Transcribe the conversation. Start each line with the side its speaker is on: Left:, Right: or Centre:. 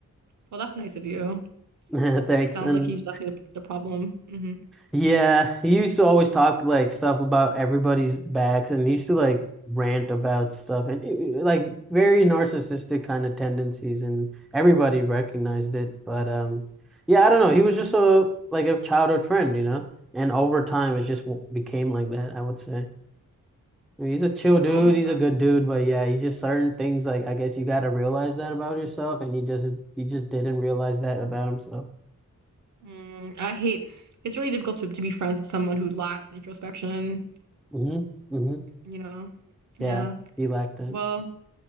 Right: Well, that's nice of you.
Centre: <laughs> Thanks.
Right: Sounds
Centre: And
Right: like he was definitely the, the problem. Mm-hmm.
Centre: Yeah, he used to always talk like stuff about everybody's backs and used to like rant about stuff and it- it- like very narcissistic kind of tendencies and everybody recognized it. But um yeah, I don't know. He was just a like a childhood friend, you know? And over time
Right: Yeah.
Centre: it just w- became like that, I would say. I mean,
Right: Mm.
Centre: he's a chill dude,
Right: Oh, that's
Centre: he's
Right: sad.
Centre: a good dude, but yeah, he's just certain things like I guess you got to realize that about yourself and he just he just didn't realize that about himself.
Right: Mm. I hate. It's really difficult to, to be friends with someone who lacks introspection.
Centre: Mhm. Mhm.
Right: You know?
Centre: Yeah,
Right: Yeah.
Centre: he lacked that.
Right: Well,